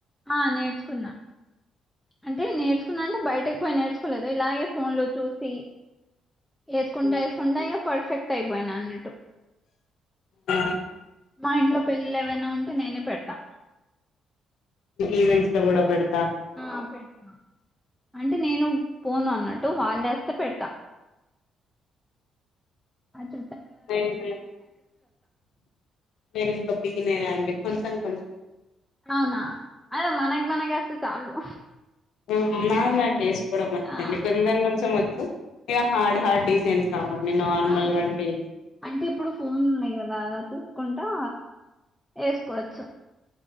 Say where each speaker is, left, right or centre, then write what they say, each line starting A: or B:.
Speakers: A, in the centre; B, on the left (about 75°).
A: ఆ నేర్చుకున్నా అంటే నేర్చుకున్న అంటే బయటకు పోయి నేర్చుకోలేదు ఇలాగే ఫోన్లో చూసి ఏసుకుంటా ఏసుకుండా ఇగ పర్ఫెక్ట్ అయిపోయిన అన్నట్టు
B: ఆ
A: మా ఇంట్లో పెళ్ళిలు ఏవైనా ఉంటే నేనే పెడుతా
B: ఈవెంట్స్లో కూడ పెడ్
A: ఆ పెడ్తా అంటే నేను పోను అన్నట్టు వాళ్లే వస్తే పెడుతా అచ్
B: నేను నేను ఇంక బిగినరా అండి కొంచం కొంచం
A: అవునా అదే మనగ్ మనగోస్తే చాలు
B: మ్ నాకు నాకు వేసుకోవడం వచ్చండి
A: ఆ
B: కొంచం కొంచెం వచ్చు ఇగ హార్డ్ హార్డ్ డిజైన్స్ రావండి నార్మల్
A: ఆ
B: వంటి
A: అంటే ఇప్పుడు ఫోన్లు ఉన్నయి కదా చూసుకుంటా ఏసుకోవచ్చు